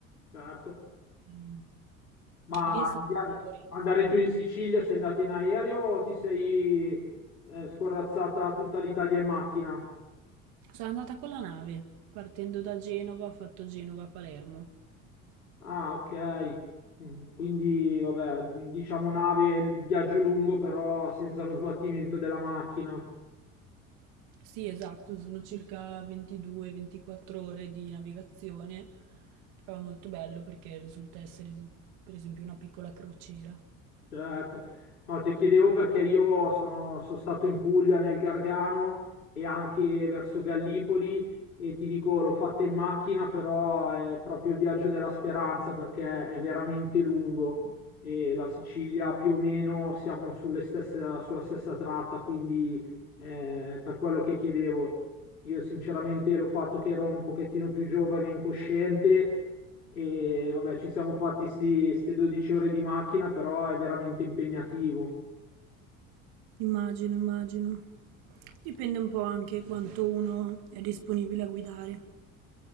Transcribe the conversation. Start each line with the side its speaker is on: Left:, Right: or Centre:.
Left: certo.
Right: Ehm,
Left: Ma
Right: lì è stato
Left: andia-
Right: molto rilassante.
Left: andare giù in Sicilia, sei andato in aereo o ti sei eh, scorrazzata tutta l'Italia in macchina?
Right: Sono andata con la nave, partendo da Genova, ho fatto Genova-Palermo.
Left: Ah, ok. Mm, Quindi, vabbè, mm, diciamo nave, viaggio lungo, però senza lo sbattimento della macchina.
Right: Sì, esatto, sono circa 22-24 ore di navigazione, però è molto bello perché risulta essere, per esempio, una piccola crociera.
Left: Certo. No, ti chiedevo perché io sono, sono stato in Puglia, nel Gargano e anche verso Gallipoli e ti dico, l'ho fatta in macchina, però è proprio il viaggio della speranza perché è veramente lungo e la Sicilia più o meno siamo sulle stesse- sulla stessa tratta, quindi eh, per quello che chiedevo. Io sinceramente l'ho fatto che ero un pochettino più giovane, e incosciente e vabbè, ci siamo fatti queste 12 ore di macchina, però è veramente impegnativo.
Right: Immagino, immagino. Dipende un po' anche quanto uno è disponibile a guidare.